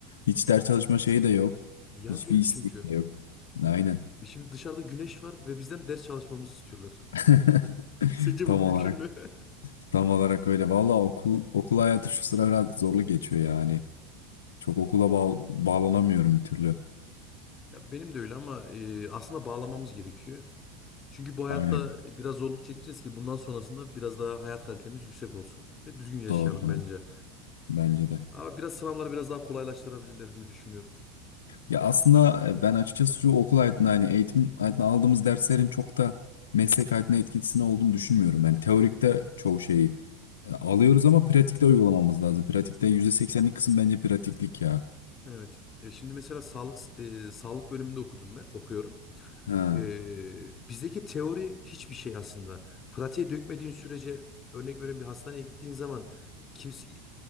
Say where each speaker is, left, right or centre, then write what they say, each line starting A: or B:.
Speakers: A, on the left (about 75°); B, on the left (about 30°).
A: Hiç ders çalışma şeyi de yok.
B: Yaz
A: Hiçbir
B: geldi
A: istek
B: çünkü.
A: de yok. Aynen.
B: E şimdi dışarıda güneş var ve bizden ders çalışmamızı istiyorlar.
A: <laughs>
B: <laughs> Sence
A: Tam
B: bu mümkün
A: olarak
B: mü? <laughs>
A: tam olarak öyle. Valla okul okul hayatı şu sıra biraz zorlu geçiyor yani. Çok okula bağ- bağlanamıyorum bir türlü.
B: Ya benim de öyle ama e, aslında bağlamamız gerekiyor. Çünkü bu hayatta
A: Aynen.
B: biraz zorluk çekeceğiz ki bundan sonrasında biraz daha hayat kalitemiz yüksek olsun ve düzgün yaşayalım
A: Doğru doğru.
B: bence.
A: Bence de.
B: Ama biraz sınavları biraz daha kolaylaştırabilirler diye düşünüyorum.
A: Ya aslında e, ben açıkçası şu okul hayatında hani eğitim hayatında aldığımız derslerin çok da meslek hayatına etkisini olduğunu düşünmüyorum. Ben teorikte çoğu şeyi e, alıyoruz ama pratikte uygulamamız lazım. Pratikte yüzde seksenlik kısım bence pratiklik ya.
B: Evet. E şimdi mesela sağlık e, sağlık bölümünde okudum ben, okuyorum.
A: Ha,
B: E, bizdeki teori hiçbir şey aslında. Pratiğe dökmediğin sürece örnek veriyorum bir hastaneye gittiğin zaman kimse